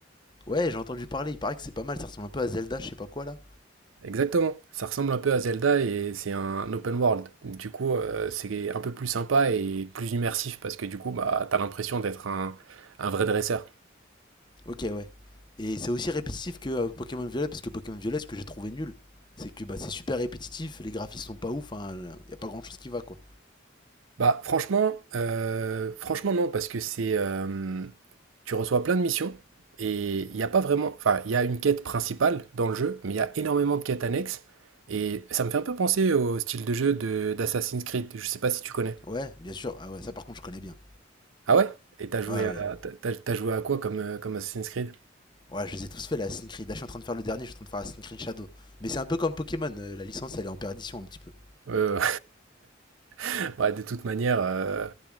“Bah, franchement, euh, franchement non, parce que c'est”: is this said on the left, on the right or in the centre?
Right